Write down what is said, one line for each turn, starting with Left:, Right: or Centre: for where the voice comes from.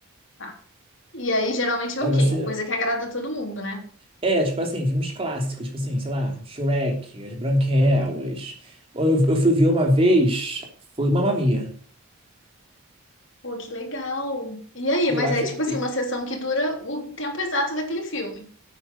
Left: tá. E aí, geralmente é
Right: Aí
Left: o quê?
Right: você.
Left: Coisa que agrada todo mundo, né?
Right: É, tipo assim, filmes clássicos, tipo assim, sei lá, Shrek, As Branquelas. Ou Eu, eu fui ver uma vez, foi Mamma Mia.
Left: Pô, que legal! E aí,
Right: E
Left: mas
Right: eu acho.
Left: é tipo assim,
Right: e-
Left: uma sessão que dura o tempo exato daquele filme.